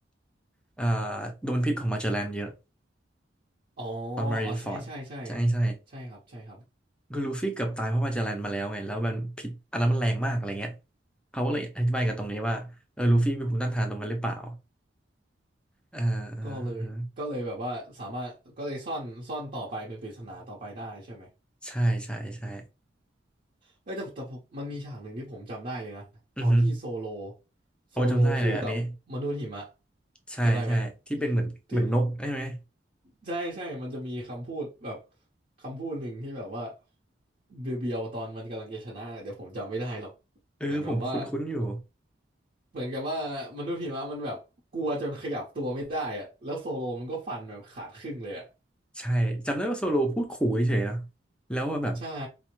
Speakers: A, in the centre; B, on the right.
A: เอ่อโดนพิษของมาเจลแลนเยอะ
B: อ๋อ
A: ตอนมารินฟอร์ดใช่ใช่
B: อ๋อใช่ใช่ใช่ใช่ครับใช่ครับ
A: คือลูฟี่เกือบตายเพราะมาเจลแลนมาแล้วไงแล้วมันพิษอันนั้นมันแรงมากอะไรเงี้ยเขาก็เลยอธิบายกับตรงนี้ว่าเออลูฟี่มีภูมิต้านทานตรงนั้นหรือเปล่าเออเออเออ
B: ก็เลยก็เลยแบบว่าสามารถก็เลยซ่อนซ่อนต่อไปเป็นปริศนาต่อไปได้ใช่ไหม
A: ใช่ใช่ใช่
B: เอ้ยแต่แต่ผมมันมีฉากหนึ่งที่ผมจำได้เลยนะตอนที่โซโล
A: อือฮึ
B: โซโลสู้กับมนุษย์หิมะ
A: โอ้จำได้เลยอันนี้ ใช่ใช่ที่เป็นเหมือนเหมือนนกใช่ไหม
B: จำได้ไหมที่ใช่ใช่มันจะมีคำพูดแบบคำพูดหนึ่งที่แบบว่าเบียวๆตอนมันกำลังจะชนะเดี๋ยวผมจำไม่ได้หรอก
A: เออผมคุ้นๆอยู่
B: เหมือนแบบว่าเหมือนกับว่ามนุษย์หิมะมันแบบกลัวจนขยับตัวไม่ได้อะแล้วโซโลมันก็ฟันแบบขาดครึ่งเลยอะ
A: ใช่จำได้ว่าโซโลพูดขู่เฉยๆนะแล้วแบบ
B: ใช่